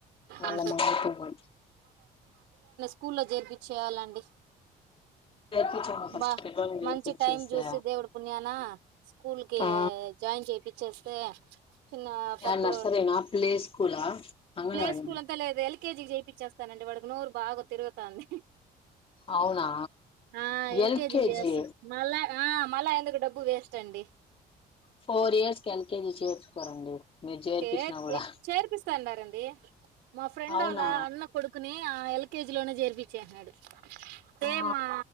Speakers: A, on the left (about 35°); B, on the right (about 85°).
A: మళ్ళా
B: అంతే.
A: మారుపోవాలి
B: స్కూల్లో జరిపి చేేయాలండి
A: చేర్పించాము ఫస్ట్
B: బా
A: పిల్లల్ని చేర్పించేసా
B: మంచి టైమ్ చూసి దేవుడి పుణ్యాన స్కూల్ కి
A: ఆ
B: జాయిన్ చేపిచ్చేస్త స చిన్న పెద్ద
A: యా నర్సరీనా ప్లే స్కూలా అంగన్వాడి
B: ప్లే స్కూల్ అంతా లేదు ఎల్కేజీకి చేయిించేస్తానండి వాడు అ నూరు బాగా తిరుగుత అంది
A: అవునా
B: ఆ ఎల్కే
A: ఎల్కేజీ
B: దజస్ మళ్ళ ఆ మళ్ళా ఎందుకు డబ్బు వేస్ట్ అండి
A: ఫోర్ ఇయర్స్ కి ఎల్కేజీ చేర్చుకోరండి మీరు చేర్పించినా
B: చేర్ చే
A: కూడా
B: చేర్పిస్తాన్నార ఎంత అ మా ఫ్రెంోల
A: అవునా
B: అన్న కొడుకునే ఆ ఎల్కేజి లోనే జర్పించేసన్నాడు
A: ఆ
B: ఏే మా